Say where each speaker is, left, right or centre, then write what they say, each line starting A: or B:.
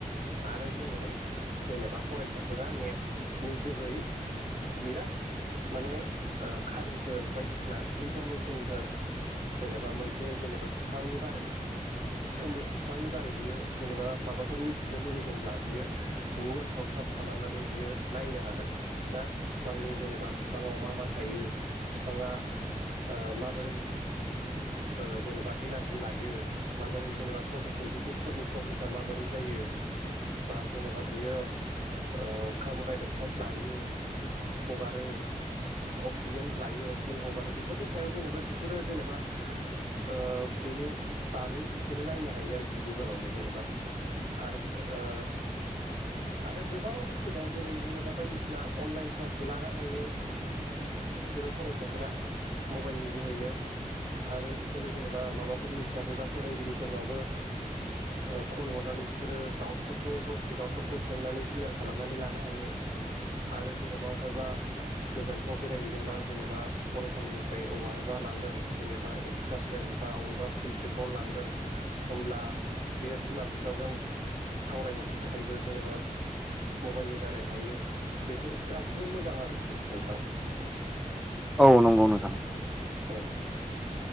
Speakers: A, on the right; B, in the centre.
A: आरो जोङो जेनेबा फरायसाफोरा नेट नि जोहै बिराद माने खारिफोर बायदिसिना इनफरमेसनफोर जेनेबा मोनसे जेनेबा बिफांनि बारै सोमो बिफांनि बारै बियो जेनेबा माबाफोर मिथिनो लुगैदोंब्ला बियो गुगोलफ्राव सार्च खालामनानै बियो नायनो हागोन ना बिफांनि जेनेबा फिफाङाव मा मा थायो बिफाङा ओ माबोरै ओ जेनेबा एनारजि लायो माबोरै जेनेबा फट'सिनथेसिसफोरनि प्रसेसा माबोरै जायो बा जेनेबा बियो ओ कार्बनडाइ अक्साइद लायो हगारो अक्सिजेन लायो अक्सिजेन हगारो बेफोरनि सायाव जेनेबा बेफोरो जेनेबा ओ बेनि बागै बिसोरो नायनो हायो आरोखि गुगोलावनो जेनेबा आरो ओ आरो गोबां बुस्थु दं जेरै जेनेबा बायदिसिना अनलाइन क्लासबो लानो हायो बिसोरो फरायसाफोरा मबाइलनि जोहैनो आरो बिसोरो जेनेबा माबाफोर मिथियाखैबा फोरोंगिरि फोरनावबो ओ कल हरनानै बिसोरो दाउटफोरखौ गावसोरनि डाउटफोरखौ सोंनानै क्लियार खालामनानै लानो हायो आरो जेनेबा अफायबा गोजानफ्राव बेरायहैदोंबा जेनेबा फरायसालिनिफ्राय अबेहायबा लांदों जेनेबा एक्सकारसन बा बबेबा फिल्ड ट्रिपाव लांदों होनब्ला बेयो बिमा बिफाजों सावरायहरनो थाखायबो जेनेबा मबाइलनि दारै हायो बेफोर गासिबो मोजां आरोखि नोंथां
B: औ नंगौ नोंथां
A: औ